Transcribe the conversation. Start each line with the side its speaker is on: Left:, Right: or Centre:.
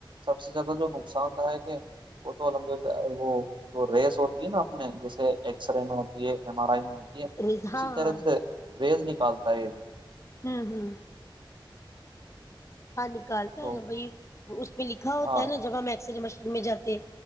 Right: سب سے زیادہ جو نقصان د ہے کہ وہ تو امپ وہ جو ریس ہوتی ہے نا اپنے جیسے ایکس رے میں ہوتی ہے ایم آر آئی میںتی ہے
Left: رضا
Right: اسی
Left: ہاں
Right: طرح سے ریز نکل چالتا یہ بھی
Left: ہوں ہوں ہاں نکالتا
Right: تو
Left: ہے نا بھ اس پہ لکھا ہوتا
Right: ہاں
Left: ہے نا جب ہم ایکسرے مشین میں جاتے